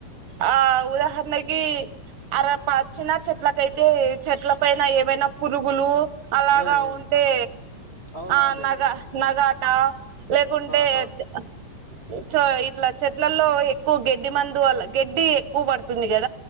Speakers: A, on the right; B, on the left.
A: ఆ అ ఉదాహరణకి అర పచ్చిన చెట్లకైతే చెట్ల పైన ఏవైనా పురుగులు అలాగా
B: ఉమ్ ఉమ్
A: ఉంటే
B: అవునవునులేండి
A: ఆ నగ నగాట లేకుంటే
B: ఆహా
A: చె చో ఇట్లా చెట్లల్లో ఎక్కువ గెడ్డి మందు అలా గెడ్డి ఎక్కువ పడుతుంది కదా